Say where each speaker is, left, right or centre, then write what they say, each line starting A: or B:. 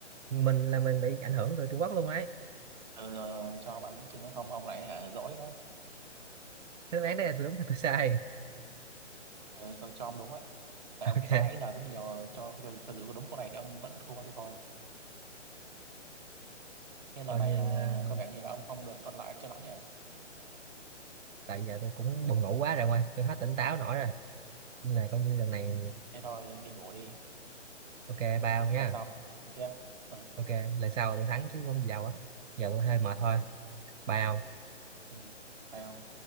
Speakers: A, on the right; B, on the right.
A: mình là mình bị ảnh hưởng từ Trung Quốc luôn đấy
B: ừ, rồi, rồi cho ông ăn bánh chưng nữa không ông lại hả dỗi nữa
A: Thế đáp án này là tôi đúng hay tôi sai
B: ừ, cho cho ông đúng ấy tại
A: <laughs>
B: ông
A: ok
B: sai ấy giờ cũng nhiều cho cho, cho dù có đúng câu này thì ông vẫn thua tôi thôi nên
A: coi
B: lần này
A: như
B: à,
A: à,
B: có vẻ như là ông không được thuận lợi cho lắm nhỉ
A: tại giờ tôi cũng buồn ngủ quá rồi ngoài tôi hết tỉnh táo nổi rồi nên là coi như lần
B: ừ
A: này
B: thế thôi đi ngủ đi
A: ok bao nha
B: là sau tiếp ừ,
A: ok lần sau tôi thắng chứ không gì đâu á giờ tôi hơi mệt thôi bao
B: ừ. phải không